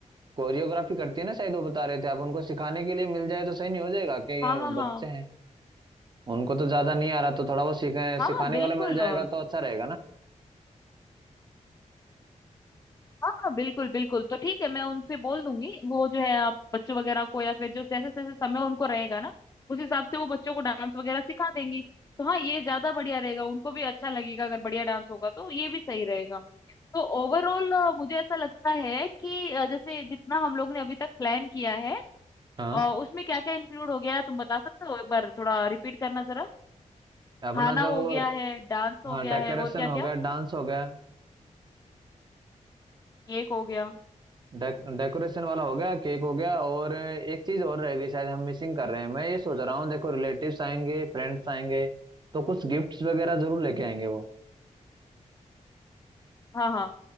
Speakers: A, on the right; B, on the left.
A: कोरियोग्राफी करती है ना शायद वो बता रहे थे आप उनको सिखाने के लिए मिल जाए तो सही नहीं हो जाएगा कि
B: हाँ
A: ये
B: हाँ हाँ
A: बच्चे हैं उनको तो ज्यादा नहीं आ रहा तो थोड़ा वो सीखे
B: हाँ
A: सिखाने
B: हाँ बिल्कुल
A: वाला मिल जाएगा
B: अ,
A: तो अच्छा रहेगा ना
B: हाँ हाँ बिल्कुल बिल्कुल तो ठीक है मैं उनसे बोल दूंगी वो जो है आप बच्चों वगैरह को या फिर जो जैसे जैसे समय उनको रहेगा ना उस हिसाब से वो बच्चों को डांस वगैरह सिखा देंगी तो हाँ ये ज्यादा बढ़िया रहेगा उनको भी अच्छा लगेगा अगर बढ़िया डांस होगा तो ये भी सही रहेगा तो ओवरऑल मुझे ऐसा लगता है कि अ, जैसे जितना हम लोग ने अभी तक प्लान किया है
A: हाँ
B: अ, उसमें क्या क्या इंक्लूड हो गया है तुम बता सकते हो एक बार थोड़ा रिपीट करना जरा
A: अपना
B: खाना
A: जो
B: हो
A: वो,
B: गया है डांस हो
A: हाँ
B: गया
A: डेकोरेशन
B: है और क्या क्या
A: हो गया डांस हो गया
B: केक हो गया
A: डे, डेकोरेशन वाला हो गया केक हो गया और एक चीज और रह गई शायद हम मिसिंग कर रहे हैं मैं ये सोच रहा हूँ देखो रिलेटिव्स आएंगे फ्रेंड्स आएंगे तो कुछ गिफ्ट्स वगैरह जरूर लेके आएंगे वो
B: हाँ हाँ